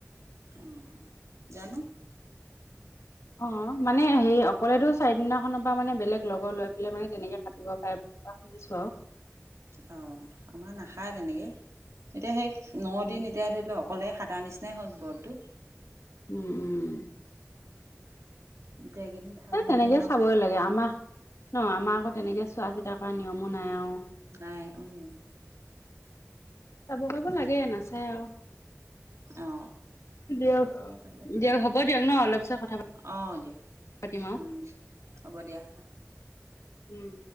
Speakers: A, on the right (about 70°); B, on the left (about 70°).
A: অ জানো
B: অ মানে হে অকলেতো চাৰিদিনাখনৰ পৰা মানে বেলেগ লগৰ লৈ পেলাই মানে তেনেকে কাটিব পাৰে বুলি কোৱা শুনিছো আৰু।
A: অ আমাৰ নাখায় তেনেকে এতিয়া সেই ন
B: উম
A: দিন এতিয়া ধৰি লওঁক অকলে খাতা নিচিনাই হ'য় ব্ৰতটো।
B: উম উম।
A: এতিয়া এইকেইদিন থাকা
B: এই
A: কেইদিন
B: তেনেকে
A: আৰু
B: চাবই লাগে আমাক ন আমাৰ আকৌ তেনেকে চোৱা চিতা কৰা নিয়মো নাই আৰু।
A: এই উম।
B: চাব কৰিব লাগে নাচায় আৰু।
A: অ
B: দিয়ক
A: চাব লাগে
B: দিয়ক হ'ব দিয়ক ন অলপ পিছত কথা
A: অ দিয়া
B: পাতিম আৰু
A: উম হ'ব দিয়া।
B: উম।